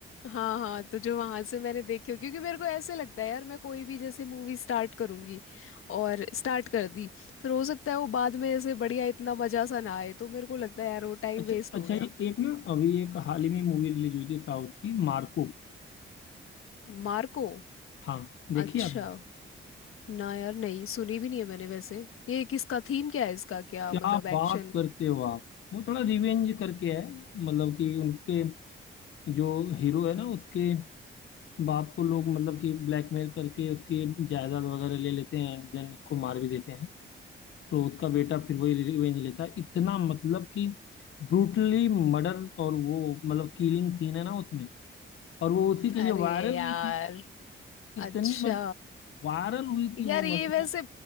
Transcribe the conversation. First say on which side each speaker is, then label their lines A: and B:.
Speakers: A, on the left; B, on the left.
A: हाँ हाँ तो जो वहां से मैंने देखे क्योंकि मेरे को ऐसे लगता है यार मैं कोई भी जैसे मूवी स्टार्ट करूंगी और स्टार्ट कर दी फिर हो सकता है वो बाद में ऐसे बढ़िया इतना मजा सा ना आए तो मेरे को लगता है यार वो टाइम
B: अच्छा
A: वेस्ट हो
B: अच्छा
A: गया
B: ये एक ना अभी एक हाल ही में मूवी रिलीज हुई थी साउथ की मार्को
A: मार्को
B: हाँ देखी
A: अच्छा
B: आपने
A: ना यार नहीं सुनी भी नहीं है मैंने वैसे ये किसका थीम क्या है इसका क्या
B: क्या
A: मतलब एक्शन
B: बात करते हो आप वो थोड़ा रिवेंज करके है मतलब कि उनके जो हीरो है ना उसके बाप को लोग मतलब कि ब्लैकमेल करके उसकी जायदाद वगैरह ले लेते हैं एंड देन उसको मार भी देते हैं तो उसका बेटा फिर वही रिवेंज लेता है इतना मतलब कि ब्रूटली मर्डर और वो मतलब किलिंग सीन है ना उसमें और वो उसी के
A: अरे
B: लिए वायरल
A: यार
B: हुई थी इतनी
A: अच्छा
B: मतलब वायरल हुई
A: यार
B: थी वो
A: ये
B: मतलब
A: वैसे